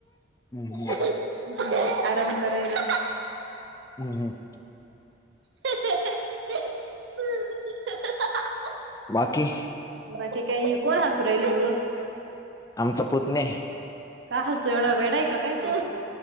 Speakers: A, on the left (about 20°); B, on the right (about 70°).
A: हम्म
B: हो बस आराम करायला.
A: हम्म हम्म.
B: हम.
A: बाकी
B: बाकी काही कोण हसू राहिल एवढं.
A: आमचा पुत नाही आहे.
B: काय हस तू एवढा वेडा आहे काय तू?